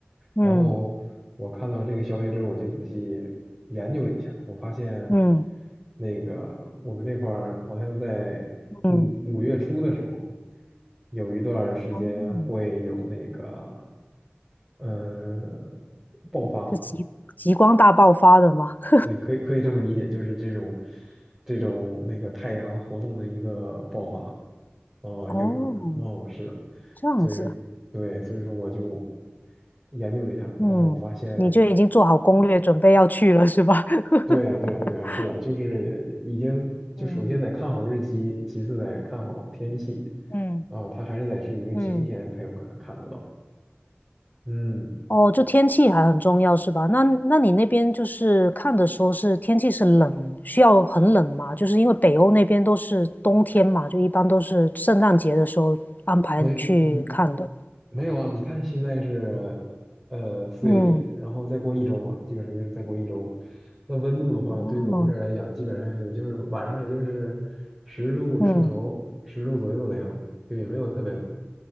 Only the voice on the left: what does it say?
嗯
嗯
嗯，
哦
是极极光大爆发的吗？<laughs>
哦，
这样子，
嗯，你就已经做好攻略，准备要去了是吧？
<laughs>
嗯
嗯
嗯，
哦，就天气还很重要是吧？那那你那边就是看的时候是天气是冷，需要很冷吗？就是因为北欧那边都是冬天嘛，就一般都是圣诞节的时候安排去看的。
嗯，
哦，
嗯